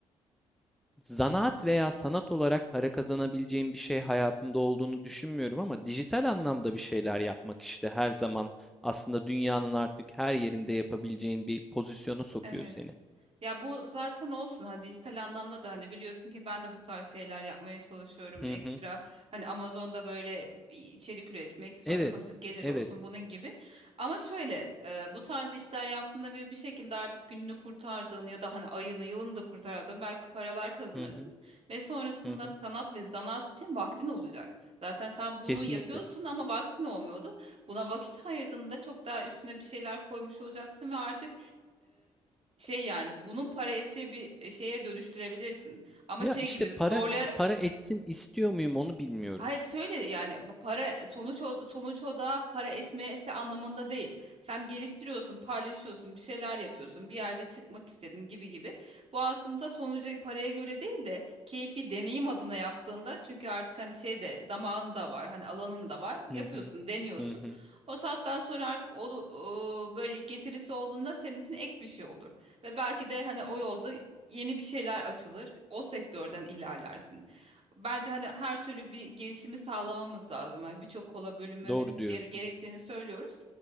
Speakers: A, in the centre; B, on the right.
A: zanaat veya sanat olarak para kazanabileceğim bir şey hayatımda olduğunu düşünmüyorum ama dijital anlamda bir şeyler yapmak işte her zaman aslında dünyanın artık her yerinde yapabileceğin bir pozisyona sokuyor
B: Evet.
A: seni.
B: Ya bu zaten olsun hani dijital anlamda da hani biliyorsun ki ben de bu tarz şeyler yapmaya çalışıyorum
A: Hı
B: ekstra
A: hı.
B: hani Amazon'da böyle içerik üretmek sonra
A: Evet,
B: pasif gelir
A: evet.
B: olsun bunun gibi ama şöyle e, bu tarz işler yaptığında ve bir şekilde artık gününü kurtardığın ya da hani ayını yılını da kurtardığın belki paralar kazanırsın
A: Hı hı,
B: ve sonrasında
A: hı hı.
B: sanat ve zanaat için vaktin olacak zaten sen bunu
A: Kesinlikle.
B: yapıyorsun ama vaktin olmuyordu buna vakit ayırdığında çok daha üstüne bir şeyler koymuş olacaksın ve artık şey yani bunun para ettiği bir e, şeye dönüştürebilirsin. Ama
A: Ya
B: şey
A: işte
B: gibi
A: para
B: zorlayarak
A: e, para etsin istiyor muyum onu bilmiyorum.
B: Hayır şöyle yani bu para e, sonuç o, sonuç o da para etmesi anlamında değil. Sen geliştiriyorsun, paylaşıyorsun, bir şeyler yapıyorsun, bir yerde çıkmak istedin gibi gibi. Bu aslında sonuca paraya göre değil de keyfi deneyim adına yaptığında çünkü artık hani şey de zamanın da var, hani alanın da var. Yapıyorsun,
A: Hı hı.
B: deniyorsun.
A: Hı hı.
B: O saatten sonra artık o böyle getirisi olduğunda senin için ek bir şey olur. Ve belki de hani o yolda yeni bir şeyler açılır. O sektörden ilerlersin. Bence hani her türlü bir girişimi sağlamamız lazım. Hani birçok kola bölünmemiz
A: Doğru diyorsun.
B: gere- gerektiğini söylüyoruz.